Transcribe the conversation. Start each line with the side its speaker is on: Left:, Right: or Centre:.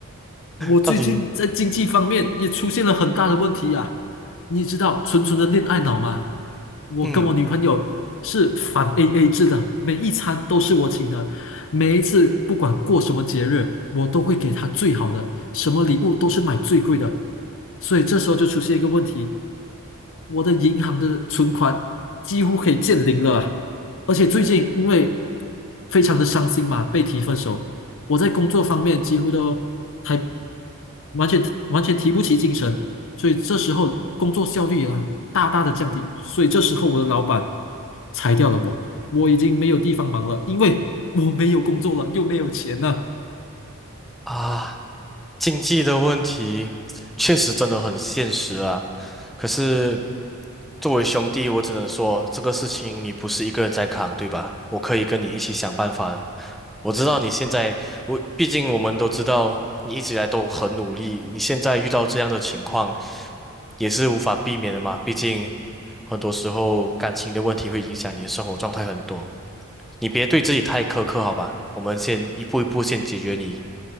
Left: 我最近在经济方面也出现了很大的问题呀、
Centre: 到底，
Left: 你知道纯纯的恋爱脑吗？我跟我女朋友是反
Centre: 嗯
Left: AA 制的，每一餐都是我请的，每一次不管过什么节日，我都会给她最好的，什么礼物都是买最贵的。所以这时候就出现一个问题，我的银行的存款几乎可以见零了啊而且最近因为非常的伤心嘛，被提分手，我在工作方面几乎都还完全完全提不起精神，所以这时候工作效率啊大大的降低，所以这时候我的老板裁掉了我，我已经没有地方忙了，因为我没有工作了，又没有钱了。
Centre: 啊，经济的问题确实真的很现实啊。可是作为兄弟，我只能说这个事情你不是一个人在扛，对吧？我可以跟你一起想办法的。我知道你现在，我毕竟我们都知道你一直以来都很努力，你现在遇到这样的情况也是无法避免的嘛。毕竟很多时候感情的问题会影响你的生活状态很多。你别对自己太苛刻，好吧？我们先一步一步先解决你